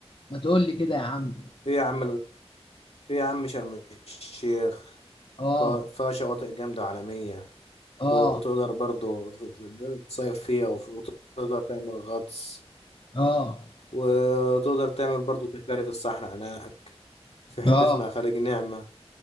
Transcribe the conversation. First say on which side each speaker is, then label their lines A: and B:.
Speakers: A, on the left; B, on the left.
A: ما تقول لي كده يا عم
B: في يا عم في يا عم شرم الشيخ
A: اه
B: ف- فيها شواطئ جامده عالميه
A: اه
B: ت- وتقدر برضه تقدر تصيف فيها وف- وتقدر تعمل غطس
A: اه
B: وتقدر تعمل برضه سفاري في الصحراء هناك في حته
A: اه
B: اسمها خليج نعمه